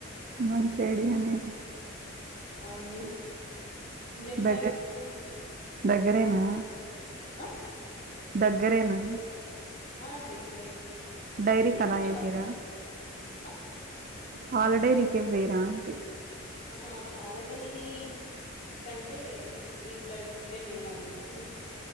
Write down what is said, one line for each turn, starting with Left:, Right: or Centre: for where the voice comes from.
Right: మంచి ఐడియా నే
Left: అవును నిజంగా
Right: దగ్గర
Left: ఇప్పుడు
Right: దగ్గరేనా?
Left: మా ఆ
Right: దగ్గరేనా
Left: ఆ దగ్గరే
Right: డైరీకి
Left: అయితే
Right: అలా
Left: చుట్టుపక్కల
Right: ఏమి ఇరా
Left: ఆ,
Right: పాలడైరీకి ఏమి వేయరా అంటి
Left: ఆహా పాలడైరీ కంటే ఇట్ల ఇట్లే మేలు అనేసి